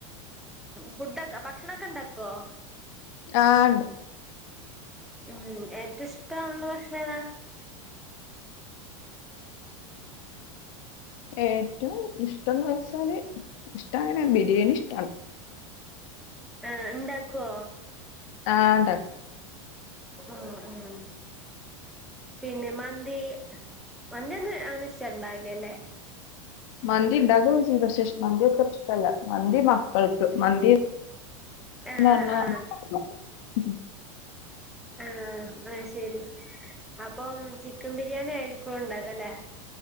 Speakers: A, in the centre; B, on the left (about 65°).
A: ഫുഡൊക്കെ ഭക്ഷണൊക്കെ ഇണ്ടാക്കുവോ
B: ആഹണ്ട്
A: ഉം ഏറ്റവും ഇഷ്ടമാണുള്ള ഭക്ഷണം ഏതാ
B: ഏറ്റവും ഇഷ്ടംന്ന് വച്ചാല് ഇഷ്ട അങ്ങനെ ബിരിയാണി ഇഷ്ടാണ്
A: ആഹ ഇണ്ടാക്കുവോ
B: ആഹ്ണ്ടാ
A: ഉ ഉ പിന്നെ മ മന്തി മന്തി ഒന്ന് അങ്ങനെ ഇഷ്ട്ടണ്ടാവില്ലല്ലേ
B: മന്തി ഉണ്ടാക്കൊക്കെ ചെയ്യും മന്തി അത്ര ഇഷ്ടല്ല മന്തി മക്കൾക്ക് മന്തി
A: ആഹ്
B: ന്നർഞ്ഞ
A: ആഹ്
B: <inaudible>
A: ആഹ ആ ശെരി അപ്പം ചിക്കൻ ബിരിയാണി ആയിരിക്കും ണ്ടാക്കല്ലേ